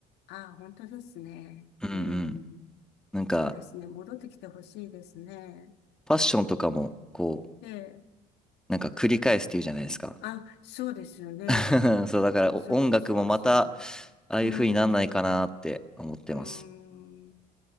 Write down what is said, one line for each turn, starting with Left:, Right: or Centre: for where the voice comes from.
Left: ああ、本当ですね。
Centre: うんうん。
Left: うん、
Centre: なんか、
Left: そうですね。戻ってきてほしいですね。
Centre: ファッションとかも、こ
Left: ええ、
Centre: う、なんか繰り返すっていうじゃないですか。
Left: あ、そうですよね。
Centre: <laughs> そう、だからお音楽もまた、
Left: そうそうそう。
Centre: ああいう風になんないかなって思ってます。
Left: うん、うん。